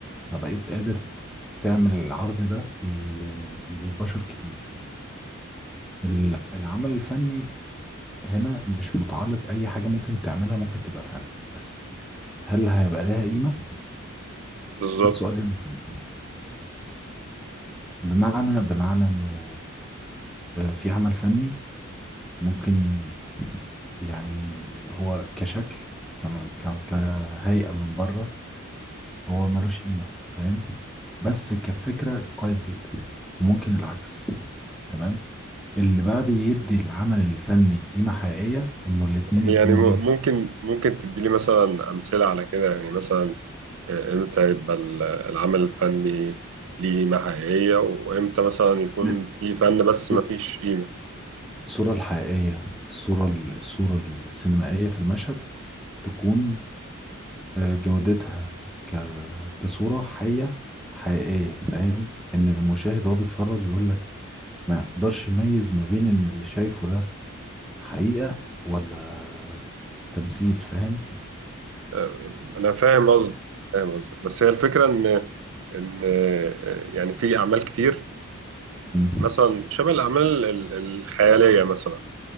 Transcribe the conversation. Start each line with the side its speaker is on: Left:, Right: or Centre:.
Centre: فبقيت قادر تعمل العرض ده ل- لبشر كتير ال- العمل الفني هنا مش متعلق اي حاجة ممكن تعملها ممكن تبقى فن بس هل هيبقى لها قيمة؟
Right: بالظبط
Centre: ده السؤال المهم بمعنى بمعنى انه آه، في عمل فني ممكن يعني هو كشكل كم- ك- كهيئة من بره هو ملوش قيمة فاهم بس كفكرة كويس جدا وممكن العكس تمام اللي بقى بيدي العمل الفني قيمة حقيقية انه الاتنين يكونوا
Right: يعني م-
Centre: ايه
Right: ممكن ممكن تدي لي مثلا أمثلة على كده يعني مثلا آه، امتى يبقى ال- العمل الفني ليه قيمة حقيقية وامتى مثلا يكون
Centre: إن
Right: في فن
Centre: الصو-
Right: بس ما فيش قيمة
Centre: الصورة الحقيقية الصورة ال- الصورة السينمائية في المشهد تكون آه، جودتها ك... كصورة حية حقيقية فاهم ان المشاهد وهو بيتفرج بيقول لك ما يقدرش يميز ما بين ان اللي شايفه ده حقيقة ولا تمثيل فاهم
Right: آه، انا فاهم قصدك فاهم قصدك بس هي الفكرة ان ان آه، يعني في اعمال كتير
Centre: مم.
Right: مثلا شبه الأعمال ال- الخيالية مثلا